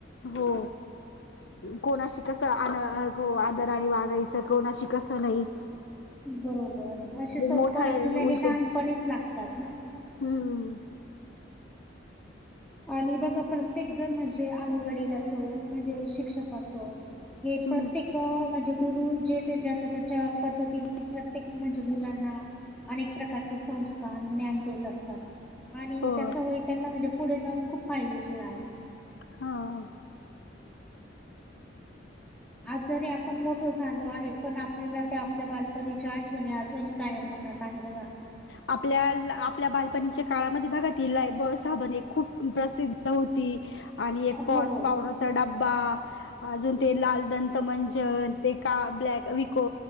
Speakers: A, on the left; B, in the centre.
A: हो. कोणाशी कसं आद- आदराने वागायचं कोणाशी कसं नाही.
B: बरोबर असे संस्कार
A: मोठा
B: आपल्याला
A: उलटून
B: हे लहानपणीच लागतात ना.
A: हम्म,
B: आणि बघा, प्रत्येक जण म्हणजे आई वडील असो म्हणजे शिक्षक असो, हे
A: हम्म
B: प्रत्येक अ म्हणजे गुरु जे ते त्याच्या पद्धती प्रत्येक म्हणजे मुलांना अनेक प्रकारचे संस्कार, ज्ञान देत असतात. आणि
A: हो
B: तसं होई, त्यांना म्हणजे पुढे जाऊन खूप फायदेशीर आहे.
A: हा
B: आजारी आपण मोठं झालो आहे, पण आपल्याला त्या आपल्या बालपणीच्या आठवणी आजही कायम मनात आहे बघा.
A: आपल्या आपल्या बालपणीच्या काळामध्ये बघा, ती लायबॉय साबण एक खूप प्रसिद्ध होती, आणि एक
B: हो.
A: पॉन्ड्स पावडरचा डब्बा. अजून ते लाल दंत मंजन ते का, ब्लॅक विको